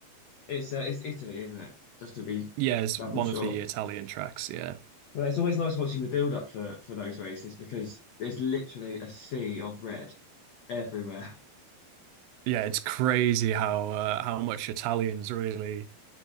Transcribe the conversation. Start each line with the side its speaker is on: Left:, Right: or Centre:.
Left: it's uh, it's Italy, isn't it? Just to be
Right: Yeah, it's
Left: double
Right: one
Left: sure.
Right: of the Italian tracks. Yeah,
Left: But it's always nice watching the build up for for those races because there's literally a sea of red everywhere. <laughs>
Right: yeah, it's crazy how uh, how much Italians really